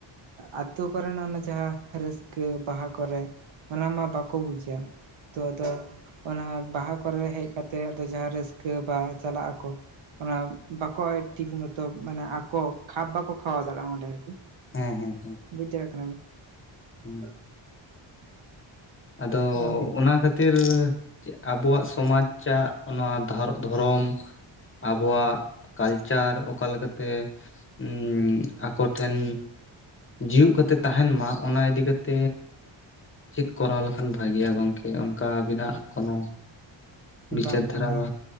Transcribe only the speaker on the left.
ᱦᱮᱸ ᱦᱮᱸ ᱦᱮᱸ
ᱦᱮᱸ
ᱟᱫᱚ
ᱚᱱᱟ ᱠᱷᱟᱹ ᱠᱷᱟᱹᱛᱤᱨ ᱟᱵᱚᱣᱟᱜ ᱥᱚᱢᱟᱡᱽ ᱪᱟᱜ ᱱᱚᱣᱟ ᱫᱷᱚᱨᱚᱢ ᱟᱵᱚᱣᱟᱜ ᱠᱟᱞᱪᱟᱨ ᱚᱠᱟ ᱞᱮᱠᱟ ᱛᱮ ᱦᱩᱸ ᱟᱠᱚᱴᱷᱮᱱ ᱡᱤᱣᱮᱫ ᱠᱟᱛᱮ ᱛᱟᱦᱮᱱ ᱢᱟ ᱚᱱᱟ ᱤᱫᱤ ᱠᱟᱛᱮ ᱪᱮᱫ ᱠᱚᱨᱟᱣ ᱞᱮᱠᱷᱟᱱ ᱵᱷᱟᱜᱮᱭᱟ ᱜᱚᱝᱠᱮ ᱚᱱᱠᱟ ᱟᱵᱤᱱᱟᱜ ᱠᱳᱱᱳ ᱵᱤᱪᱟᱹᱨ
ᱫᱷᱟᱨᱟ
ᱵᱟ